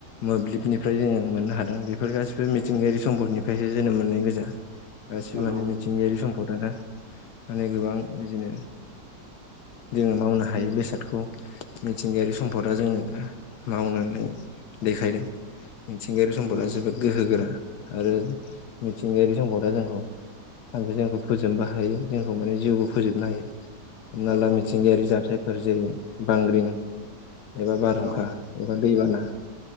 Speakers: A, on the left; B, on the right.
A: मोब्लिबनिफ्राय जोङो मोननो हादों बेफोर गासिबो मिथिंगायारि सम्पदनिफ्रायसो जोनोम मोन्नाय गोजा गासिबो
B: नंगौ
A: माने मिथिंगायारि सम्पदानो माने गोबां बिदिनो जोङो मावनो हायो बेसादखौ मिथिंगायारि सम्फदा जोंङो मावनानै देखायदों मिथिंगायारि सम्पदा
B: नंगौ
A: जोबोद गोहोगोरा आरो मिथिंगायारि सम्पदा जोंखौ सान जोंखौ फोजोबबो हायो जोंखौ माने जिउबो फोजोबनो हायो हमना
B: नंगौ
A: ला मिथिंगायारि जाथायफोर जेरै बांग्रिं एबा बारहुंखा
B: औ
A: एबा दैबाना